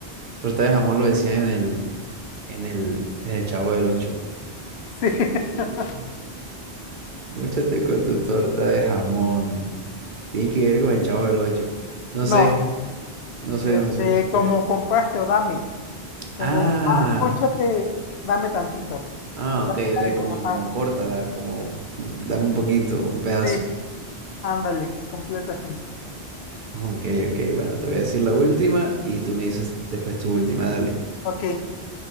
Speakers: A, on the right; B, on the left.
A: Torta de jamón lo decían en el, en el, en el Chavo del Ocho.
B: Sí. <laughs>
A: Eh, Móchate con tu torta de jamón. Tiene que ver con el Chavo del Ocho. No
B: No.
A: sé, no sé, no
B: Este,
A: sé.
B: como comparte o dame. Como,
A: Ah.
B: ah, móchate, dame tantito.
A: Ah,
B: Dame
A: ok, ok,
B: algo.
A: como,
B: Ajá.
A: como córtala, como mm, dame un poquito, un pedazo.
B: Sí. Ándale, completamente.
A: Ok, ok, bueno, te voy a decir la última y tú me dices después tu última, dale.
B: Ok.